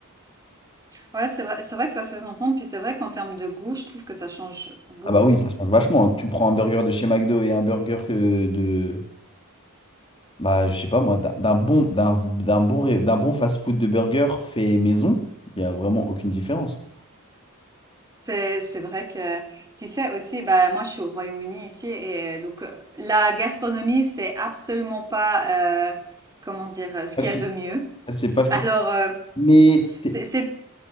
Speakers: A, on the right; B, on the left.
A: Ouais, c'est vrai, c'est vrai que ça s'est s'entendre. Puis c'est vrai qu'en termes de goût, je trouve que ça change beaucoup.
B: Ah bah oui, ça change vachement. Tu prends un burger de chez McDo et un burger que de... Bah, je sais pas moi, d'un d'un bon, d'un, d'un bon, ré- d'un bon fast-food de burger fait maison, il y a vraiment aucune différence.
A: C'est c'est vrai que tu sais aussi bah moi je suis au Royaume-Uni ici et euh, donc euh, la gastronomie c'est absolument pas euh, comment dire euh, ce
B: Pas
A: qu'il
B: fif.
A: y a de mieux.
B: C'est pas fif.
A: Alors euh,
B: Mais... t'es-
A: c'est c'est-